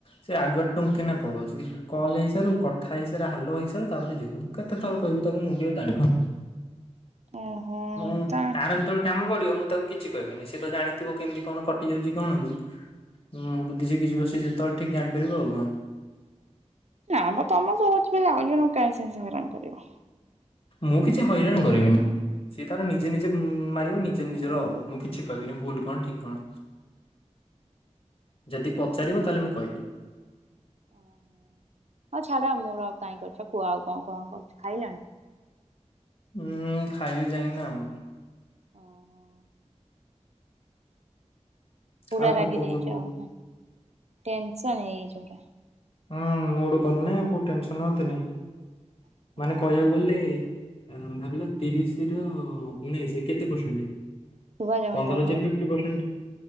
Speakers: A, on the left; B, on the right.
A: ସେ ଆଗୁଆ ଟୁଙ୍ଗ୍ କିନା ପଳଉଛି। କଲ୍ ହେଇସାରୁ କଥାା ହେଇସାରେ ହାଲୋ ହେଇସାରୁ ତାପରେ ଯିବୁ କେତେ ଥର କହିବି ତାକୁ ମୁଁ ବି ଆଉ ଜାଣିପାରୁନି।
B: ଓହୋ
A: ମୁଁ
B: ତା
A: ତାର ଯେତେବେଳେ କାମ ପଡିବ ମୁଁ ତାକୁ କି କିଛି କହିବିନି। ସିଏତ ଜାଣିଥିବ କେମିତି କଣ କଟିଯାଉଛି କଣ ହଉଛି। ହୁଁ, ବୁଦ୍ଧି ଶିଖିଯିବ ସିଏ ଯେତେବେଳେ ଠିକ୍ ଜାଣିପାରିବ ଆଉ କଣ।
B: ନା ମ ତମ ସହ ହୋଉଛି ବୋଲି ଆଉ ଜଣଙ୍କୁ କାଇଁ ସେମିତି ହଇରାଣ କରିବ।
A: ମୁଁ କିଛି ହଇରାଣ କରିବିନି। ସିଏ ତାର ନିଜେ ନିଜେ ମାରିବ ନିଜେ ନିଜର ହବ। ମୁଁ କିଛି କହିବିନି ଭୁଲ କଣ ଠିକ୍ କଣ? ଯଦି ପଚାରିବ ତାହେଲେ ମୁଁ କହିବି।
B: ଓହୋ। ହଉ ଛାଡ ଆଉ ମୁଡ୍ ଅଫ୍ କାହିଁ କରୁଛ କୁହ ଆଉ କଣ, କଣ କରୁଛ ଖାଇଲଣି?
A: ମୁଁ ଖାଇବି ଯାଇଁକିନା ଆଉ।
B: ଓ ହୋ। ପୁରା
A: ଆଉ କଣ
B: ରାଗି
A: କହୁଛ
B: ଯାଇଛ
A: କୁହ?
B: ଆଉ। ଟେନସନ୍ ହେଇଯାଇଛ ପୁରା।
A: ହୁଁ ମୁଡ୍ ଭଲ ନାହିଁ କୋଉ ଟେନସନ ହଅନ୍ତିନି।
B: ପୁରା।
A: ମାନେ କହିବାକୁ ଗଲେ ଭାବିଲ ତିରିଶ ରୁ ଉଣେଇସ କେତେ ପରସେଣ୍ଟ?
B: ଶୁଭା ଯାଉନି
A: ପନ୍ଦର
B: ତମ
A: ଫିପ୍ଟି
B: ଭଏସ
A: ପରସେଣ୍ଟ।